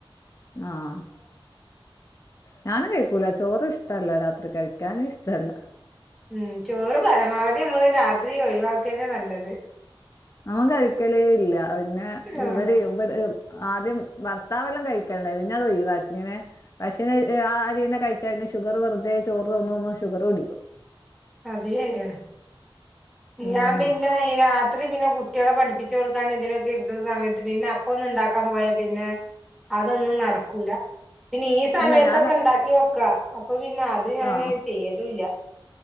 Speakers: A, on the left; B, in the centre.
A: ആഹ് ഞൻ കഴിക്കൂല ചോറ് ഇഷ്ടല്ല രാത്രി കഴിക്കാന ഇഷ്ടമല്ല
B: ഉം ചോറ് പരമാവധി നമ്മള് രാത്രി ഒഴിവാക്കന്നെ നല്ലത്
A: നമ്മ കഴിക്കലേ ഇല്ല പിന്നെ
B: ആഹ്
A: ഇവര് ഇവി ആദ്യം ഭർത്താവെല്ലാം കഴിക്കണ്ടായി പിന്നെ അത് ഒഴി വാക്കി ഇങ്ങനെ പക്ഷേ അരി തന്നെ കഴിച്ചന് ഷുഗർ വെറുതെ ചോറ് തോന്നുമ ഷുഗർ പിടിക്കും
B: അത് ശരിയാണ്
A: ഉം
B: ഞാൻ പിന്നെ ഈ രാത്രി പിന്നെ കു ട്ടികളെ പഠിപ്പിച്ചു കൊടുക്കാൻ ഇതിനൊക്കെ ഇക്കുന്ന സമയത്ത് പിന്നെ അപ്പ ഒന്ന ഉണ്ടാക്കാൻ പോയാ പിന്നെ അതൊന്നും നടക്കൂല പിന്നെ ഈ സമയത്തൊക്കെ
A: ഇല്ല ഞാൻ
B: ഉണ്ടാക്കി വെക്കാ അപ്പൊ പിന്നെ അത് ഞാന്
A: ആഹ്
B: ചെയ്യലുല്ല